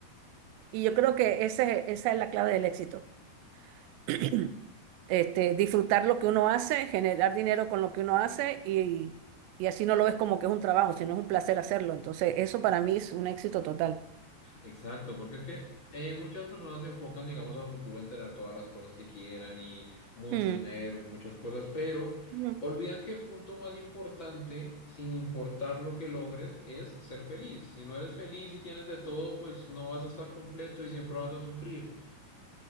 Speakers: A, on the right; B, on the left.
A: y yo creo que ese, esa es la clave del éxito. <clears throat> Este, disfrutar lo que uno hace, generar dinero con lo que uno hace y, y así no lo ves como que es un trabajo, sino es un placer hacerlo. Entonces, eso para mí es un éxito total.
B: Exacto, porque es que eh, muchas personas se enfocan, digamos, a futuro en tener todas las cosas que quieran y mucho
A: Mm.
B: dinero y muchas cosas, pero
A: Mm.
B: olvidan que el punto más importante, sin importar lo que logres, es ser feliz. Si no eres feliz y tienes de todo, pues no vas a estar completo y siempre vas a sufrir.